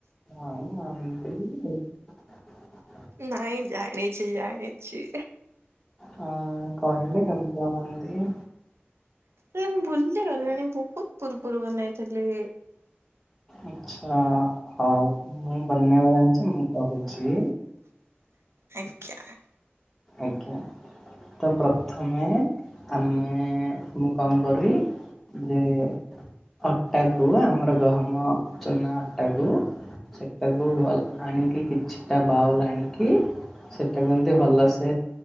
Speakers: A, in the centre; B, on the right.
A: ଆଉ <unintelligible>
B: ନାଇଁ ଜାଣିଛି ଜାଣିଛି।
A: ହଁ କହିଲେ କେମନ୍ତି ବନାନ୍ତି?
B: ମୁ ଭୁଲି ଗଲିଣି ବହୁତ ପୂର୍ବରୁ ବନେଇଥିଲି।
A: ଆଛା ହଉ ମୁଁ ବନେଇବା ଜାଣିଛି ମୁଁ କହୁଛି।
B: ଆଜ୍ଞା।
A: ଆଜ୍ଞା। ତ ପ୍ରଥମ ଆମେ ମୁଁ କଣ କରିବି ଯେ ଅଟା କୁ ଆମର ଗହମ ଚୁନା ଅଟାକୁ ସେଟାକୁ ଭଲ ଆଣିକି କିଛିଟା ବାଉଲ୍ ଆଣିକି ସେଟାକୁ ଏମିତି ଭଲ ସେ